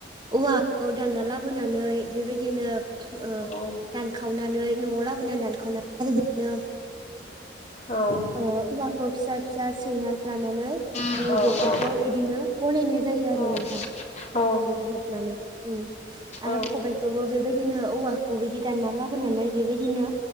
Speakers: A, on the right; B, on the left.
A: औवाखौ दानना लाबोनानै बेबायदिनो ओ
B: औ
A: दानखावनानै न'आव लाबोनानै दानखावना आरो बिदिनो
B: औ
A: ओ औवाखौ फिसा फिसा सैना लानानै
B: औ
A: ओ
B: औ
A: जेखाइखौ इदिनो बनायनाय जायो
B: औ
A: आरो नोंथां।
B: औ
A: उम हेबनानै उम आरो
B: औ
A: खबायखोबो बेबायदिनो औवा '- खो बिदि दानना लाबोनानै बेबायदिनो